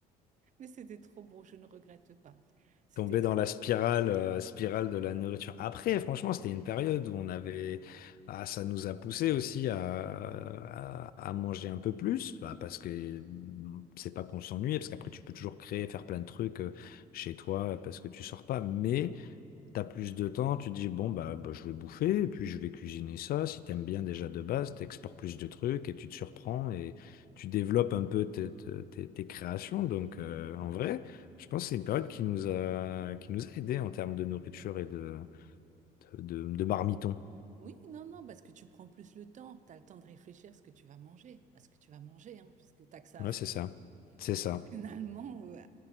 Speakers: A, on the right; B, on the left.
A: Mais c'était trop bon, je ne regrette pas. C'était
B: Tomber
A: très...
B: dans la spirale, euh, spirale de la nourriture. Après, franchement, c'était une période où on avait... Ah, ça nous a poussé aussi à, à, à manger un peu plus, bah, parce que c'est pas qu'on s'ennuie, parce qu'après, tu peux toujours créer, faire plein de trucs euh, chez toi, parce que tu sors pas. Mais... T'as plus de temps, tu dis, bon, bah, bah, je vais bouffer, et puis je vais cuisiner ça. Si t'aimes bien déjà de base, t'exportes plus de trucs et tu te surprends et tu développes un peu tes, tes- tes- tes créations. Donc, euh, en vrai, je pense que c'est une période qui nous a, qui nous a aidés en termes de nourriture et de, de, de, de marmiton.
A: Oui, non, non, parce que tu prends plus le temps. Tu as le temps de réfléchir à ce que tu vas manger, à ce que tu vas manger, hein, parce que tu que ça
B: Ouais,
A: à faire.
B: c'est ça. C'est
A: Donc
B: ça.
A: finalement, euh,